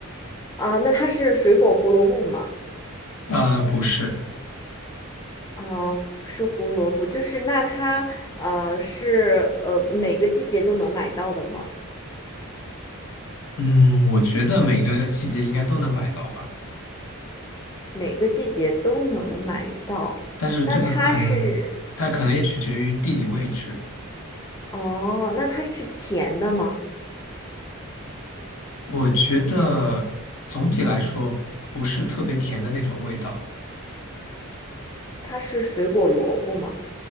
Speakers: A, on the left; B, on the left.
A: 啊、那它是水果胡萝卜吗？
B: 呃，不是，
A: 啊、不是胡萝卜，就是那它呃是呃每个季节都能买到的吗？
B: 嗯，我觉得每个季节应该都能买到吧，
A: 每个季节都能买到，
B: 但是这个可能，
A: 那它是
B: 但可能也取决于地理位置。
A: 哦，那它是甜的吗？
B: 我觉得总体来说不是特别甜的那种味道，
A: 它是水果萝卜吗？